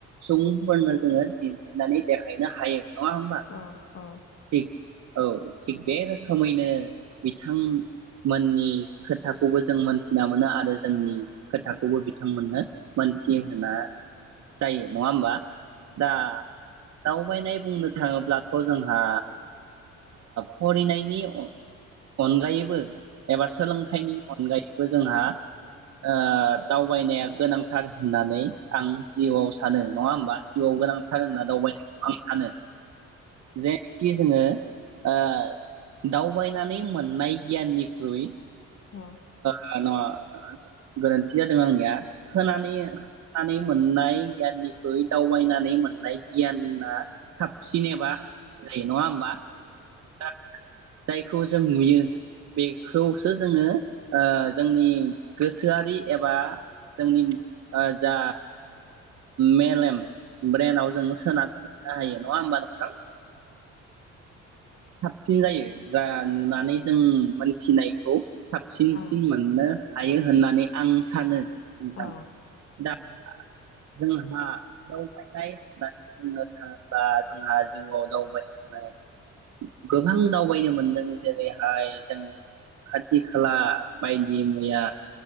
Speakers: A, on the right; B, on the left.
A: सुबुंफोरनो जोङो दिन्थिनानै देखायनो हायो नङा होम्बा
B: औ औ
A: थिक औ थिक बे बे रोखोमैनो बिथांमोननि खोथाखौबो जों मोनथिना मोनो आरो जोंनि खोथाखौबो बिथांमोननो मोनथि होना जायो नङा होमबा दा दावबायनाय बुंनो थाङो थ' जोंहा फरिनायनि अनगायैबो एबा सोलोंथाइनि अनगायैबो जोंहा ओ दावबायनाया गोनांथार होननानै आं जिउआव सानो नङा होमबा जिउआव गोनांथार होनना दावबायनायखौ आं सानो जेनिखि जोङो ओ दावबायनानै मोननाय गियाननिख्रुइ
B: औ
A: ओ नङा गोरोन्थि जादों आंनिया होनानै होनानै मोननाय गियाननिख्रुइ दावबायनानै मोननाय गियाना साबसिन एबा हामसिन जायो नङा होमबा दा जायखौ जों नुयो बेखौ सो जोङो ओ जोंनि गोसोआरि एबा जोंनि ओ जा मेलेम ब्रेनाव जोंङो सोना दोननो हायो नङा होमबा नोंथां साबसिन जायो जा ओम नुनानै जों मोनथिनायखौ साबसिनसिन
B: ओं
A: मोननो हायो होननानै आं सानो नोंथां
B: ओं
A: दा जोंहा दावबायना होननानै बुंनो थांबा जोंहा जिउआव दावबायनो गोबां दावबायनो मोन नों जेरेहाय जोंनि खाथि खाला बायदिमैया